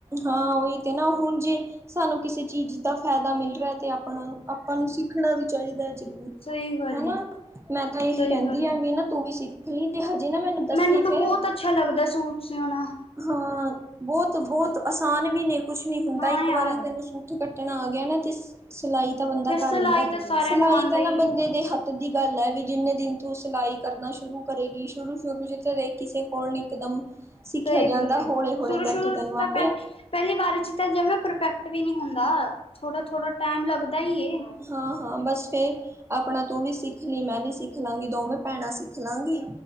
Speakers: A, on the right; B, on the left.
A: ਹਾਂ ਉਹੀ ਤੇ ਨਾ ਹੁਣ ਜੇ ਸਾਨੂੰ ਕਿਸੇ ਚੀਜ਼ ਦਾ ਫਾਇਦਾ ਮਿਲ ਰਿਹਾ ਤੇ। ਆਪਣਾ ਨੂੰ ਆਪਾਂ ਨੂੰ ਸਿੱਖਣਾ ਵੀ ਚਾਹੀਦਾ ਹੈ ਜ਼ਰੂਰ
B: ਸਹੀ ਗੱਲ
A: ਹੈਨਾ,
B: ਹੈ
A: ਮੈਂ ਤਾਂ ਇਹੀ
B: ਸਹੀ
A: ਕਹਿੰਦੀ
B: ਗੱਲ
A: ਆ
B: ਹੈ
A: ਵੀ ਨਾ ਤੂੰ ਵੀ ਸਿੱਖ। ਨਹੀਂ ਤੇ ਹਜੇ। ਨਾ ਦੱਸੀ
B: ਮੈਨੂੰ ਤਾਂ
A: ਫੇਰ
B: ਬਹੁਤ ਅੱਛਾ ਲੱਗਦਾ ਸੂਟ ਸਿਉਣਾ।
A: ਹਾਂ ਬਹੁਤ, ਬਹੁਤ ਆਸਾਨ ਵੀ ਨੇ ਕੁਛ ਨੀ ਹੁੰਦਾ
B: ਹਾਂ
A: ਇੱਕ
B: ਯਾਰ
A: ਵਾਰੀ ਤੈਨੂੰ ਸੂ ਕੱਟਣਾ ਆ ਗਿਆ ਨਾ ਤੇ ਸਿਲਾਈ ਤਾਂ ਬੰਦਾ
B: ਫਿਰ ਸਿਲਾਈ
A: ਕਰ ਲੈਂਦਾ,
B: ਤਾਂ ਸਾਰਿਆਂ
A: ਸਿਲਾਈ
B: ਨੂੰ ਆਉਂਦਾ
A: ਤਾਂ
B: ਹੀ
A: ਨਾ ਬੰਦੇ ਦੇ ਹੱਥ ਦੀ ਗੱਲ ਐ ਵੀ ਜਿੰਨੇ ਦਿਨ ਤੂੰ ਸਿਲਾਈ ਕਰਨਾ ਸ਼ੁਰੂ ਕਰੇਗੀ ਸ਼ੁਰੂ ਸ਼ੁਰੂ ਚ ਤੇ ਕਿਸੇ ਕੋਲ ਨ ਇਕਦਮ ਸਿੱਖਿਆ
B: ਸਹੀ
A: ਜਾਂਦਾ
B: ਗੱਲ ਏ
A: ਹੌਲੇ, ਹੌਲੈ
B: ਸ਼ੁਰੂ
A: ਕਰਕੇ
B: ਸ਼ੁਰੂ
A: ਤੈਨੂੰ
B: ਚ ਤਾਂ
A: ਅਪ
B: ਪਹਿ ਪਹਿਲੀ ਵਾਰੀ ਚ ਤਾਂ ਜਵੇ ਪਰਫੈਕਟ ਵੀ ਨੀਂ ਹੁੰਦਾ ਥੋੜਾ-ਥੋੜਾ ਟਾਈਮ ਲੱਗਦਾ ਈ ਏ।
A: ਹਾਂ, ਹਾਂ ਬਸ ਫੇਰ ਆਪਣਾ ਤੂੰ ਵੀ ਸਿੱਖ ਲਈ, ਮੈਂ ਵੀ ਸਿੱਖ ਲਾਂਗੀ ਦੋਵੇਂ ਭੈਣਾਂ ਸਿੱਖ ਲਾਂਗੀ।